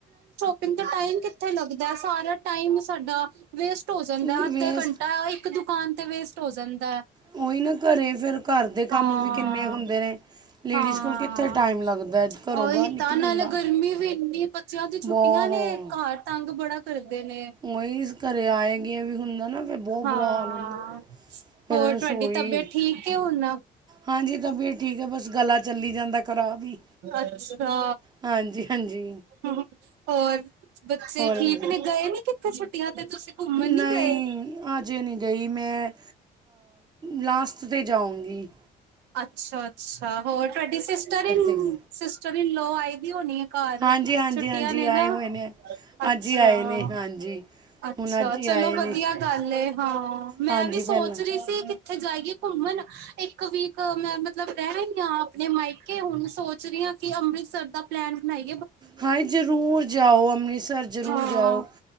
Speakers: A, on the right; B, on the right.
A: ਪਿੰਗ ਦਾ ਟਾਈਮ ਕਿੱਥੇ ਲੱਗਦਾ ਸਾਰਾ ਟਾਈਮ ਸਾਡਾ ਵੇਸਟ ਹੋ ਜਾਂਦਾ
B: ਵੇਸ
A: ਅੱਧਾ ਘੰਟਾ ਇੱਕ ਦ ਦੁਕਾਨ ਤੇ ਵੇਸਟ ਹੋ ਜਾਂਦਾ ਹੈ।
B: ਉਹੀ ਨਾ ਘਰੇ ਫੇਰ ਘਰ ਦੇ ਕੰਮ
A: ਹਾਂ
B: ਵੀ ਕਿੰਨੇ ਹੁੰਦੇ। ਨੇ ਲੇਡੀਜ਼
A: ਹਾਂ,
B: ਕੋਲ ਕਿੱਥੇ ਟਾਈਮ ਲੱਗਦਾ ਹੈ ਘਰੋਂ
A: ਉਹੀ
B: ਬਾਹਰ ਨਿਕਲਣ
A: ਤਾਂ ਨਾਲੇ
B: ਦਾ
A: ਗਰਮੀ ਵੀ <unintelligible> ਬੱਚਿਆਂ ਦੀ ਛੁੱਟੀਆਂ
B: ਬਹੁਤ
A: ਨੇ ਘਰ ਤੰਗ ਬੜਾ ਕਰਦੇ ਨੇ।
B: ਉਹੀ ਘਰੇ ਆਏਗੀ ਵੀ ਹੁੰਦਾ ਨਾ ਫਿਰ ਬਹੁਤ
A: ਹਾਂ।
B: ਬੁਰਾ ਹਾਲ ਹੁੰਦਾ ਫਿਰ
A: ਹੋਰ
B: ਰਸੋਈ
A: ਤੁਹਾਡੀ ਤਬੀਅਤ ਠੀਕ ਹੈ ਹੁਣ।
B: ਹਾਂਜੀ। ਤਾਂ ਵੀ ਇਹ ਠੀਕ ਹੈ। ਬਸ ਗਲਾ ਚੱਲੀ ਜਾਂਦਾ ਖਰਾਬ ਹੀ
A: ਅੱਛਾ।
B: ਹਾਂਜੀ ਹਾਂਜੀ
A: ਹੋਰ। ਬੱਚੇ
B: ਹੋਰ
A: ਠੀਕ
B: ਬਸ।
A: ਨੇ। ਗਏ ਨੀ ਕਿਤੇ ਛੁੱਟੀਆਂ ਤੇ ਤੁਸੀਂ ਘੁੰਮਣ ਨੀ
B: ਨਹੀਂ।
A: ਗਏ?
B: ਅਜੇ ਨਹੀਂੀ ਗਈ ਮੈਂ ਲਾਸਟ ਤੇ ਜਾਉਂਗੀ।
A: ਅੱਛਾ। ਅੱਛਾ, ਅੱਛਾ। ਹੋਰ ਤੁਹਾਡੀ ਸਿਸਟਰ
B: ਤੱਕ
A: ਚਲੀ ਲੋਅ ਆਈ ਦੀ ਹੋਣੀ ਹੈ। ਘਰ
B: ਹਾਂਜੀ ਹਾਂਜੀ
A: ਛੁੱਟੀਆਂ
B: ਹਾਂਜੀ
A: ਨੇ
B: ਆਏ
A: ਨਾ
B: ਹੋਏ ਨੇ
A: ਅੱਛਾ,
B: ਅੱਜ ਹੀ ਆਏ ਨੇ ਹਾਂਜੀ
A: ਅੱਛਾ
B: ਹੁਣ ਅੱਜ
A: ਚਲੋ
B: ਹੀ ਆਏ
A: ਵਧੀਆ
B: ਨੇ
A: ਗੱਲ ਆ। ਹਾਂ ਮੈਂ
B: ਹਾਂਜੀ
A: ਵੀ ਸੋਚ
B: ਪਹਿਲਾਂ
A: ਰਹੀ ਸੀ ਉੱਥੇ ਜਾਈਏ ਘੁੰਮਣ ਇੱਕ ਵੀ ਮੈਂ ਮਤਲਬ ਰਹਿ ਰਹੀ ਹਾਂ ਆਪਣੇ ਮਾਇਕੇ ਹੁਣ ਸੋਚ ਰਹੀ ਹਾਂ ਕਿ ਅੰਮ੍ਰਿਤਸਰ ਦਾ ਪਲੈਨ ਬਣਾਈ
B: ਹਾਏ ਜ਼ਰੂਰ ਜਾਓ ਅੰਮ੍ਰਿਤਸਰ ਜ਼ਰੂਰ
A: ਹਾਂ
B: ਜਾਓ